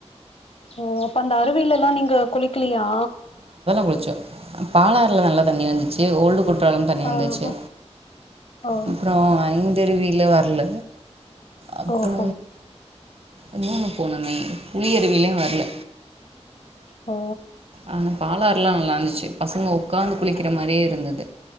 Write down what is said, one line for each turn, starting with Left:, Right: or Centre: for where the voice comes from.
Left: ஓ அப்ப அந்த அருவிலல்லா நீங்க குலிக்கிலியா
Right: குளிச்சோ பாலாறுல நல்லா தண்ணி வந்துச்சு ஓல்டு கு குற்றாலம் தண்ணி
Left: ஆ
Right: வந்துச்சு
Left: ஓ
Right: அப்ற ஐந்தருவியில வர்ல அப்ற
Left: ஓஹோ
Right: இன்னொண்ணு போனமே குளியருவிலயு வர்ல
Left: ஓ
Right: ஆனா பாலாறுல்லா நல்லார்ந்துச்சு பசங்க உட்காந்து குளிக்கிற மாரியே இருந்தது